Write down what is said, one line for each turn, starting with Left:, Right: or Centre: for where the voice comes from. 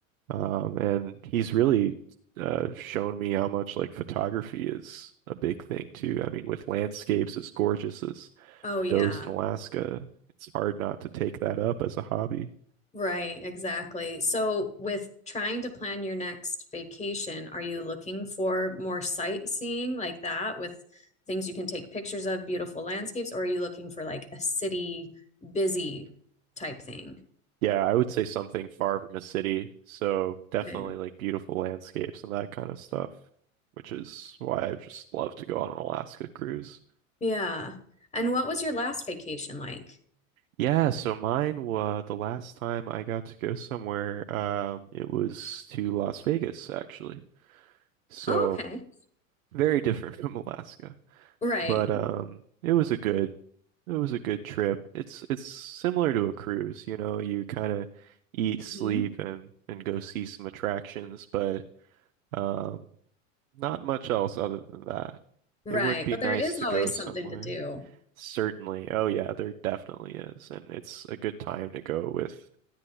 Right: Um, and he's really uh, shown me how much like photography is a big thing too. I mean, with landscapes as gorgeous as
Left: Oh yeah.
Right: those in Alaska, it's hard not to take that up as a hobby.
Left: Right, exactly. So with trying to plan your next vacation, are you looking for more sightseeing like that with things you can take pictures of, beautiful landscapes, or are you looking for like a city busy type thing?
Right: Yeah, I would say something far from a city. So definitely
Left: Okay.
Right: like beautiful landscapes and that kind of stuff, which is why I just love to go on an Alaska cruise.
Left: Yeah. And what was your last vacation like?
Right: Yeah, so mine was the last time I got to go somewhere, um, it was to Las Vegas actually. So
Left: Oh, okay.
Right: very different <laughs> from Alaska.
Left: Right.
Right: But um it was a good it was a good trip. It's it's similar to a cruise, you know, you kind of eat, sleep
Left: hmm
Right: and and go see some attractions, but um, Not much else other than that.
Left: Right.
Right: It would be
Left: But
Right: nice
Left: there is
Right: to
Left: always
Right: go somewhere.
Left: something to do.
Right: Certainly. Oh yeah, there definitely is. And it's a good time to go with